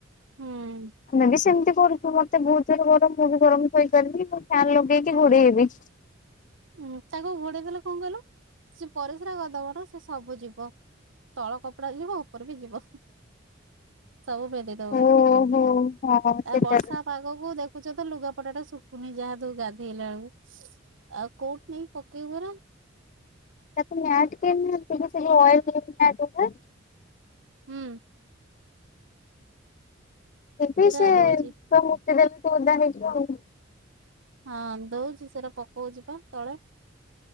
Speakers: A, on the right (about 75°); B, on the left (about 40°).
A: ହୁଁ
B: ମାନେ ସେମିତି କରୁଛି ବା। ମତେ ବହୁତ ଯୋରରେ ଗରମ ମୁଁ ବି ଗରମ ଶଇପାରେନି ମୁଁ ଫ୍ୟାନ ଲଗେଇକି ଘୋଡେଇହେବି।
A: ଉୁଁ ତାକୁ ଘୋଡେଇ ଦେଲେ କଣ କହିଲ ସେ ପରିସ୍ରା କରିଦବ ତ ସେ ସବୁ ଯିବ। ତଳ କପଡା ଯିବ ଉପର ବି ଯିବ ସବୁ ଭେଦି ଦବ ଏକାଥରେ
B: ଓହୋ ହଁ ସେଟା
A: ଆଉ ବର୍ଷା ପାଗକୁ ଦେଖୁଛ ତ ଲୁଗାପଟା ଟା ଶୁଖୁନି ଯାହା ତୁ ଗାଧେଇଲା ବେଳକୁ। ଆଉ କୋଉଠି ନେଇ ପକେଇବୁଏରା
B: ତାକୁ ମ୍ୟାଟ କିଣିଦିଅନ୍ତୁ ସେ ଯୋଉ ଅଏଲ ୱାଲା ମ୍ୟାଟ ରୁହେ
A: ହୁଁ।
B: କିନ୍ତୁ
A: ସେରା
B: ସେ
A: ଦଉଛି।
B: ତ ମୂତି ଦେଲେ ତ ଓଦା ହେଇଯିବ ଆଉ
A: ହଁ ଦଉଛି ସେଟା ପକଉଛି ପା ତଳେ।